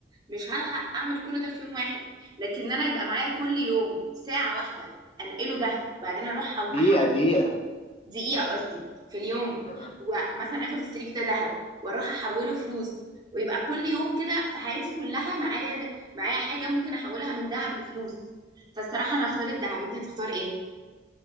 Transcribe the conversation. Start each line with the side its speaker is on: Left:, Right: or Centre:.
Right: مش هلحق
Left: مم.
Right: اعمل كل ده في يوم واحد لكن انا يبقى معايا كل يوم ساعه واحده انقله ده بعدين اروح أحو-
Left: دقيقة
Right: احول
Left: دقيقة
Right: فلوس دقيقه قصدي في اليوم
Left: آه.
Right: ومثلا اخد السريك ده ذهب واروح احوله فلوس ويبقى كل يوم كده في حياتي كلها معايا ده معايا حاجه ممكن احولها من ذهب لفلوس فالصراحه انا هختار الذهب انت هتختار ايه